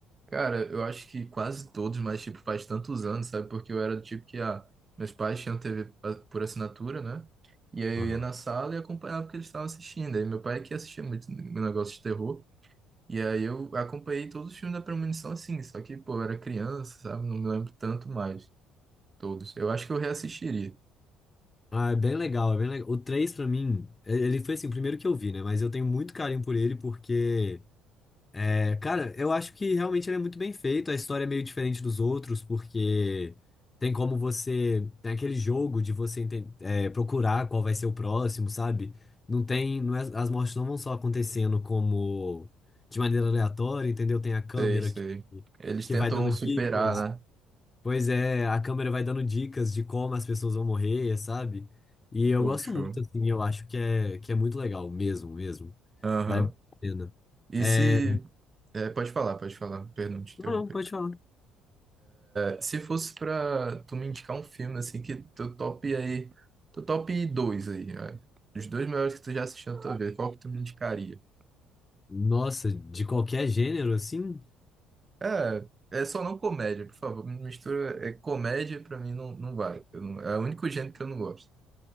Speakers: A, on the right (about 30°); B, on the left (about 25°).
A: Cara, eu acho que quase todos, mas tipo, faz tantos anos, sabe? Porque eu era do tipo que ah, meus pais tinham TV pa- por assinatura, né? E aí
B: Aham.
A: eu ia na sala e acompanhava o que eles estavam assistindo. Aí meu pai que assistia muito n- negócio de terror. E aí eu acompanhei todos os filmes da Premonição assim, só que, pô, eu era criança, sabe? Não me lembro tanto mais. Todos. Eu acho que eu reassistiria.
B: Ah, é bem legal, é bem legal. O 3 pra mim, ele foi assim, o primeiro que eu vi, né? Mas eu tenho muito carinho por ele porque. É, cara, eu acho que realmente ele é muito bem feito. A história é meio diferente dos outros, porque tem como você. Tem aquele jogo de você enten- é, procurar qual vai ser o próximo, sabe? Não tem. Não é- as mortes não vão só acontecendo como de maneira aleatória, entendeu? Tem a câmera
A: Sei, sei.
B: que,
A: Eles
B: que
A: tentam
B: vai dando
A: superar,
B: dicas.
A: né?
B: Pois é, a câmera vai dando dicas de como as pessoas vão morrer, sabe? E eu
A: Poxa.
B: gosto muito, assim, eu acho que é, que é muito legal, mesmo, mesmo.
A: Aham.
B: Vale muito a pena.
A: E
B: É...
A: se. é, pode falar, pode falar. Perdão, te interromper.
B: Não, não, pode falar.
A: É, Se fosse pra tu me indicar um filme assim que teu top aí, teu top dois aí, é, os dois melhores que tu já assistiu na tua vida, qual que tu me indicaria?
B: Nossa, de qualquer gênero, assim?
A: É, é só não comédia, por favor, me mistura, é comédia pra mim não, não vai, eu não- é o único gênero que eu não gosto.